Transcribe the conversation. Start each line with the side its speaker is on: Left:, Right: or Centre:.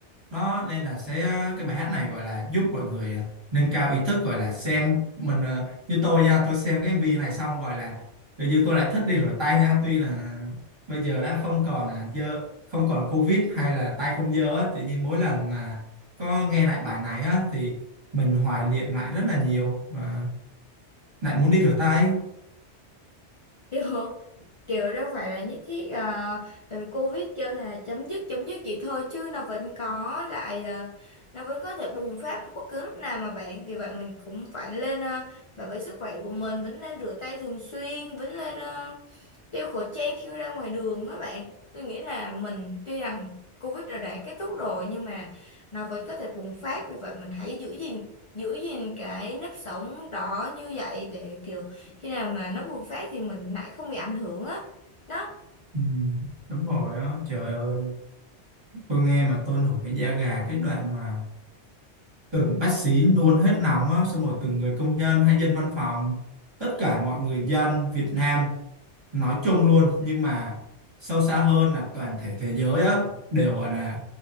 Right: nó nên là sẽ ờ, cái bài hát này gọi là giúp mọi người ờ, nâng cao ý thức gọi là xem mình ờ, như tôi nha tôi xem cái MV này xong gọi là tự nhiên tôi lại thích đi rửa tay nha tuy là bây giờ đã không còn à, dơ không còn Covid hay là tay không dơ á tự nhiên mỗi lần mà có nghe lại bài này á thì mình hoài niệm lại rất là nhiều và lại muốn đi rửa tay
Left: <laughs> kiểu kiểu đâu phải là nhất thiết ờ, tại vì Covid kêu là chấm dứt chấm dứt vậy thôi chứ nó vẫn có lại ờ, nó vẫn có thể bùng phát bất cứ lúc nào mà bạn vì vậy mình cũng phải lên ờ, bảo vệ sức khỏe của mình vẫn nên rửa tay thường xuyên vẫn lên ờ, đeo khẩu trang khi ra ngoài đường á bạn tôi nghĩ là mình tuy rằng Covid đã, đã kết thúc rồi nhưng mà nó vẫn có thể bùng phát vì vậy mình hãy giữ gìn giữ gìn cái nếp sống đó như vậy để kiểu khi nào mà nó bùng phát thì mình lại không bị ảnh hưởng á đó
Right: ừ, đúng rồi á trời ơi tôi nghe mà tôi nổi cái da gà cái đoạn mà từng bác sĩ luôn hết nóng á, xong rồi từng người công nhân hay dân văn phòng tất cả mọi người dân Việt Nam nói chung luôn nhưng mà sâu xa hơn là toàn thể thế giới á đều gọi là